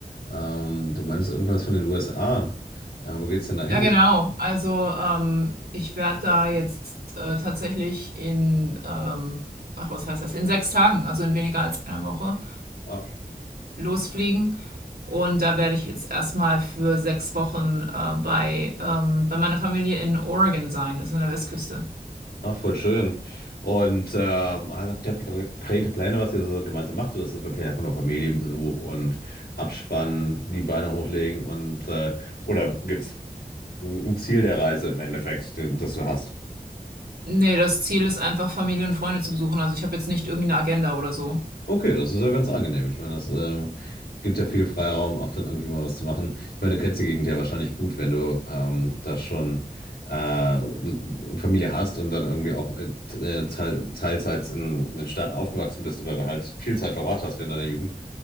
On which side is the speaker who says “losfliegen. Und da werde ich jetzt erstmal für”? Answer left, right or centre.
Right